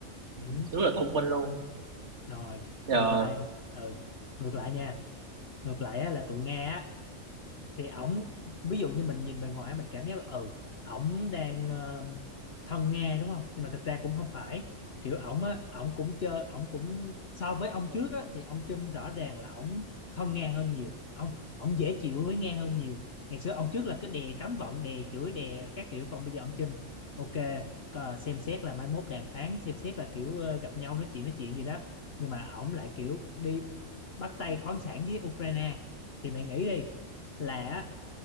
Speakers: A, on the right; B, on the left.
A: Ừ,
B: Ừ,
A: rất là thông minh luôn
B: rồi,
A: Ờ,
B: ngược lại. Ừ, ngược lại nha. Ngược lại á, là tụi Nga á thì ổng ví dụ như mình nhìn bề ngoài mình cảm giác là ừ ổng đang ờ, thân Nga đúng không nhưng mà thực ra cũng không phải kiểu ổng á ổng cũng chơi ổng cũng so với ông trước á thì ông Trump rõ ràng là ổng thân Nga hơn nhiều ông ổng dễ chịu với Nga hơn nhiều ngày xưa ông trước là cái đè cấm vận đè chửi đè các kiểu còn bây giờ ông Trump ok ờ, xem xét là mai mốt đàm phán xem xét là kiểu ờ, gặp nhau nói chuyện nói chuyện gì đó nhưng mà ổng lại kiểu đi bắt tay khoáng sản với Ukraine thì mày nghĩ đi là